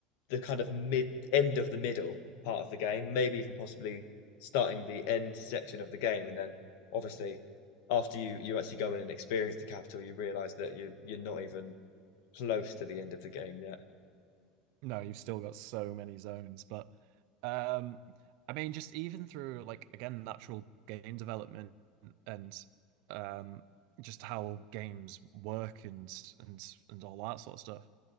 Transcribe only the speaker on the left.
the kind of mid end of the middle part of the game, maybe even possibly starting the end section of the game, and then obviously after you you actually go in and experience the capital, you realize that you you're not even close to the end of the game yet.